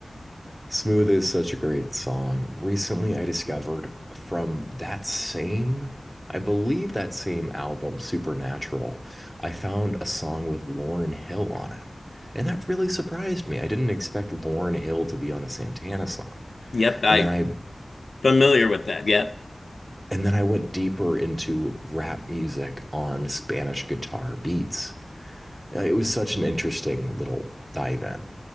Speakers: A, on the right (about 15°); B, on the left (about 65°).
A: Smooth is such a great song. Recently, I discovered from that same, I believe that same album, Supernatural, I found a song with Lauren Hill on it. And that really surprised me. I didn't expect Lauren Hill to be on a Santana song.
B: yep, I
A: And then I
B: familiar with that. Yep.
A: and then I went deeper into rap music on Spanish guitar beats. Uh, It was such an interesting little dive in.